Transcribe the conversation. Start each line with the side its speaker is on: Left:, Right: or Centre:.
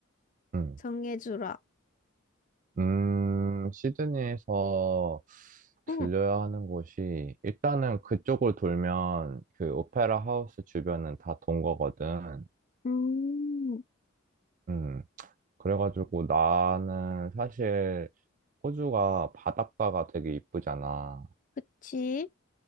Right: 음,
Left: 정해주라.
Right: 음, 시드니에서 들려야
Left: 응.
Right: 하는 곳이, 일단은 그쪽을 돌면 그 오페라 하우스 주변은 다 돈 거거든.
Left: 음.
Right: 음, 그래가지고 나는 사실 호주가 바닷가가 되게 이쁘잖아.
Left: 그치?